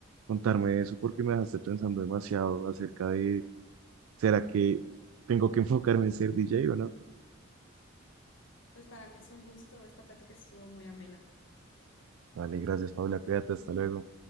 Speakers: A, on the right; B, on the left.
A: contarme eso, porque me dejaste pensando demasiado acerca de, ¿será que tengo que enfocarme en ser DJ o no?
B: Pues para mí es un gusto, esta plática estuvo muy amena.
A: Vale, gracias, Paula. Cuídate, hasta luego.